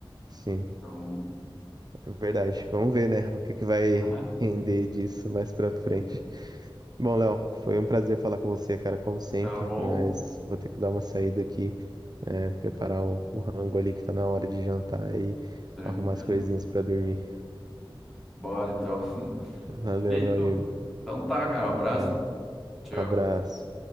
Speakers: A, on the right; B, in the centre.
A: sim,
B: Então,
A: é verdade. Vamos ver, né, o que que vai
B: né?
A: <laughs> render disso mais pra frente.
B: Sim.
A: Bom, Léo, foi um prazer falar com você, cara, como sempre,
B: Tá bom,
A: mas vou ter que dar uma saída aqui. é, preparar o, o rango ali que tá na hora de jantar e
B: tranquilo.
A: arrumar as coisinhas pra dormir.
B: Bora então. <laughs>
A: Valeu,
B: Feito?
A: meu amigo.
B: Então tá, cara,
A: Tchau,
B: um abraço.
A: tchau.
B: Tchau.
A: Abraço.